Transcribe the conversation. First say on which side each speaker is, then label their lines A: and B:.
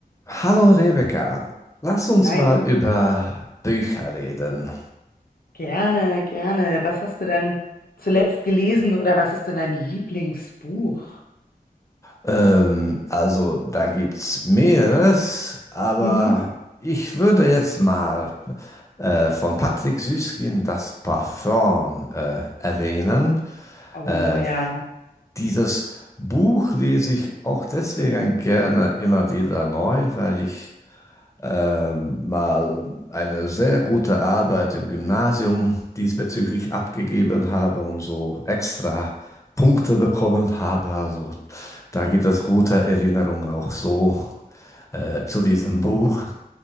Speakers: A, on the left; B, on the left.
A: Hallo Rebecca, lass uns
B: Hi,
A: mal über Bücher reden.
B: gerne, gerne. Was hast du denn zuletzt gelesen oder was ist denn dein Lieblingsbuch?
A: Ähm, also da gibt's mehreres, aber
B: Mhm.
A: ich würde jetzt mal äh, von Patrick Süskind das Parfum äh, erwähnen.
B: Oh
A: Äh,
B: ja.
A: dieses Buch lese ich auch deswegen gerne immer wieder neu, weil ich ähm, mal eine sehr gute Arbeit im Gymnasium diesbezüglich abgegeben habe und so extra Punkte bekommen habe. Also da gibt es gute Erinnerungen auch so äh, zu diesem Buch.